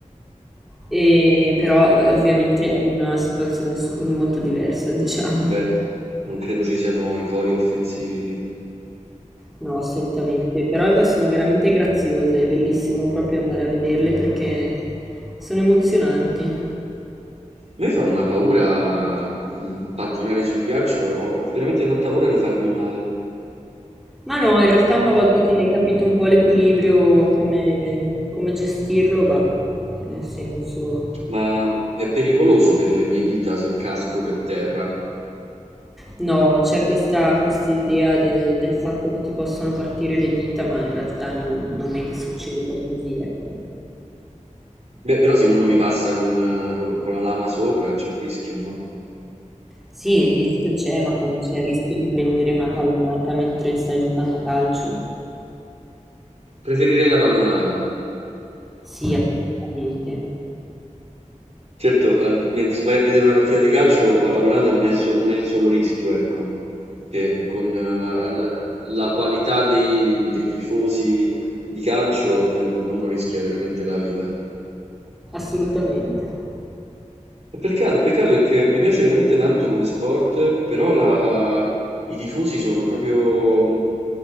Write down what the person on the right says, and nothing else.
Beh, non credo ci siano i cori offensivi lì.
A me fa una paura, mhmm, pattinare sul ghiaccio, ho ho veramente tanta paura di farmi male,
ma è pericoloso per le mie dita se casco per terra.
Beh, però se uno mi passa con eh, con con la lama sopra c'è il rischio, no?
Preferirei la pallonata.
Certo, ehm, d mentre se vai a vedere una partita di calcio la pallonata non è sol non è il solo rischio, ecco, che con eh, la la la qualità dei dei tifosi di calcio, ehm, uno rischia veramente la vita.
È peccato, peccato perché mi piace veramente tanto come sport, però la- i tifosi sono proprio mh,